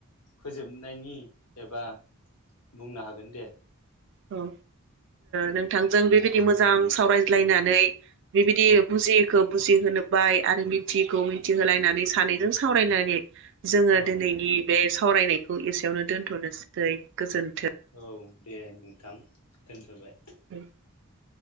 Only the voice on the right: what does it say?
औ ओ नोंथांजों बेबायदि मोजां सावरायज्लायनानै बेबायदि बुजियैखौ बुजिहोनोबाय आरो मिथियैखौ मिथिहोलायनानै सानैजों सावरायनानै जोङो
दोनैनि बे साव सावरायनायखौ एसेयावनो दोनथ'नोसै गोजोन
<unintelligible>